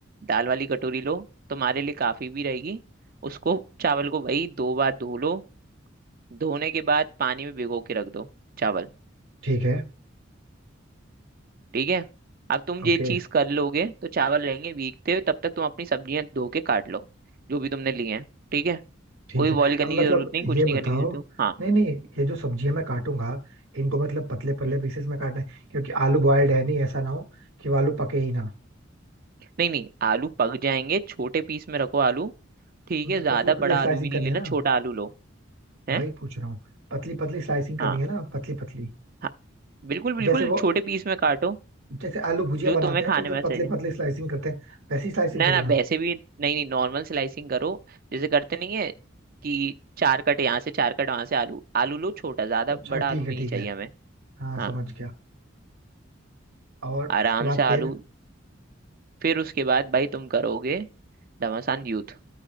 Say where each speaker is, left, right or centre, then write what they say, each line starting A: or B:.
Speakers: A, on the right; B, on the right.
A: दाल वाली कटोरी लो तुम्हारे लिए काफी भी रहेगी उसको चावल को भाई दो बार धो लो धोने के बाद पानी में भिगो के रख दो चावल
B: ठीक है
A: ठीक है अब तुम
B: ओके
A: ये चीज कर लोगे तो चावल रहेंगे भीगते हुए तब तक तुम अपनी सब्जियां धो के काट लो जो भी तुमने लिए हैं ठीक है
B: ठीक
A: कोई
B: है
A: बॉईल करने
B: अब
A: की
B: मतलब
A: जरूरत नहीं कुछ
B: ये
A: नहीं
B: बताओ
A: करने की जरूरत है। हाँ
B: नहीं नहीं ये जो सब्जियां मैं काटूंगा इनको मतलब पतले पतले
A: हम्म,
B: पीसेस में काटना है क्योंकि आलू बॉयल्ड है नहीं ऐसा ना हो कि वो आलू पके ही ना
A: नहीं नहीं आलू पक जाएंगे छोटे पीस में रखो आलू ठीक
B: मतलब
A: है ज्यादा
B: पतले पतले
A: बड़ा
B: स्लाइसिंग
A: आलू भी नहीं
B: करनी है
A: लेना
B: ना
A: छोटा आलू लो है
B: वही पूछ रहा हूँ पतली पतली स्लाइसिंग करनी
A: हाँ
B: है ना पतली पतली
A: हाँ बिल्कुल बिल्कुल
B: जैसे वो
A: छोटे पीस में काटो
B: जैसे आलू भुजिया
A: जो
B: बनाते
A: तुम्हें
B: हैं
A: खाने
B: तो जो
A: में
B: पतले
A: सही लगे।
B: पतले स्लाइसिंग करते हैं वैसी स्लाइसिंग
A: ना
B: करूँ
A: ना
B: ना
A: वैसे भी नहीं नहीं नॉर्मल स्लाइसिंग करो जैसे करते नहीं है कि चार कट यहाँ से चार कट वहां से आलू आलू लो छोटा ज्यादा
B: अच्छा
A: बड़ा
B: ठीक
A: आलू
B: है
A: भी नहीं
B: ठीक
A: चाहिए
B: है
A: हमें
B: हाँ समझ
A: हाँ
B: गया और
A: आराम
B: उसके बाद
A: से आलू
B: फिर
A: फिर उसके बाद भाई तुम करोगे घमासान यूथ